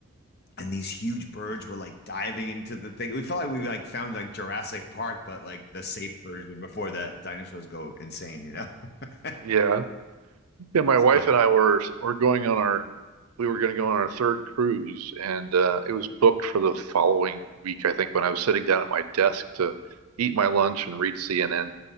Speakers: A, on the left; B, on the right.
A: And these huge birds were like diving into the thing. We felt like we like found like Jurassic Park, but like the safe version before that dinosaurs go insane, you know? <laughs>
B: Yeah. Yeah, my
A: So
B: wife and I were were going on our we were going to go on our third cruise, and uh, it was booked for the following week. I think when I was sitting down at my desk to eat my lunch and read CNN,